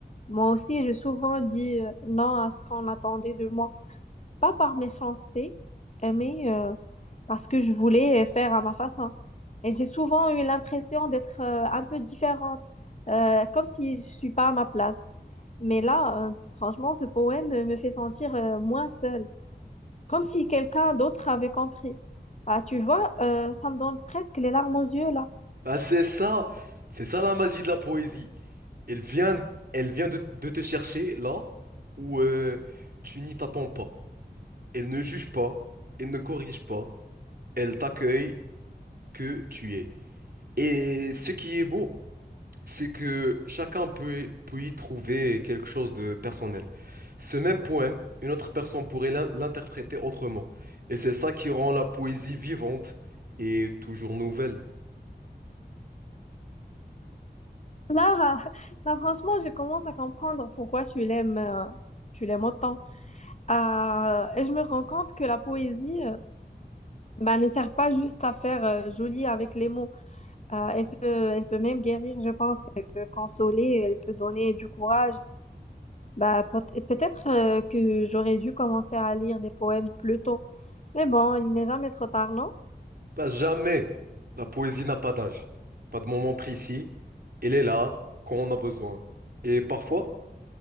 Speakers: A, on the left; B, on the right.
A: Moi aussi, j'ai souvent dit euh, non à ce qu'on attendait de moi pas par méchanceté, euh, mais euh, parce que je voulais faire à ma façon. Et j'ai souvent eu l'impression d'être euh, un peu différente, euh, comme si je suis pas à ma place. Mais là, euh, franchement, ce poème me fait sentir euh, moins seule, comme si quelqu'un d'autre avait compris. Bah, tu vois, euh, ça me donne presque les larmes aux yeux là.
B: Ah c'est ça, c'est ça la magie de la poésie. Elle vient, elle vient de, de te chercher là où euh, tu n'y t'attends pas. Elle ne juge pas, elle ne corrige pas. elle t'accueille que tu es. Et ce qui est beau, c'est que chacun peut, peut y trouver quelque chose de personnel. Ce même poème, une autre personne pourrait l'in- l'interpréter autrement. Et c'est ça qui rend la poésie vivante et toujours nouvelle.
A: Là, <laughs> là, franchement, je commence à comprendre pourquoi tu l'aimes, euh, tu l'aimes autant. Ah, et je me rends compte que la poésie, euh, Ben, ne sert pas juste à faire euh, joli avec les mots. Euh, elle peut, elle peut même guérir, je pense. Elle peut consoler, elle peut donner du courage. Bah, peut- peut-être euh, que j'aurais dû commencer à lire des poèmes plus tôt. Mais bon, il n'est jamais trop tard, non?
B: Pas jamais. La poésie n'a pas d'âge, pas de moment précis. Elle est là quand on a besoin. Et parfois,